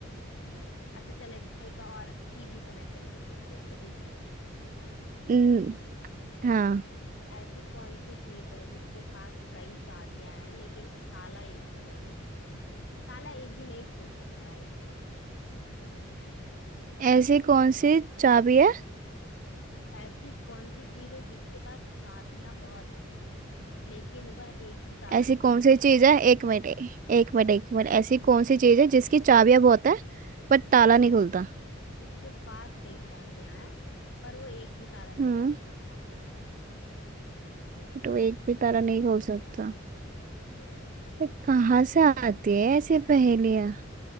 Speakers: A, on the left; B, on the right.
A: नहीं अच्छा चल एक, एक और इजी सा मैं तेरे से पूछ लेती हूँ ठीक है
B: न, हाँ
A: ऐसी कौन सी चीज है जिसके पास कई चाबियां हैं लेकिन ताला एक भी नहीं है ताला एक भी नहीं खुल सकता है उससे
B: ऐसी कौन सी चाबी है
A: ऐसी कौन सी चीज है जिसके पास चाबियां बहुत हैं लेकिन वह एक भी ताला
B: ऐसी
A: नहीं
B: कौन
A: खोल
B: सी
A: सकता
B: चीज है एक मिनट एक मिनट एक मिनट ऐसी कौन सी चीज है जिसकी चाबियां बहुत है पर ताला
A: जिसके
B: नहीं खुलता
A: जिसके पास कई चाबियां हैं पर वो एक भी ताला नहीं
B: हम्म
A: खोल सकता हम्म
B: तो एक भी तारा नहीं बोल सकता
A: हम्म
B: ये कहाँ से आती है ऐसी पहेलियाँ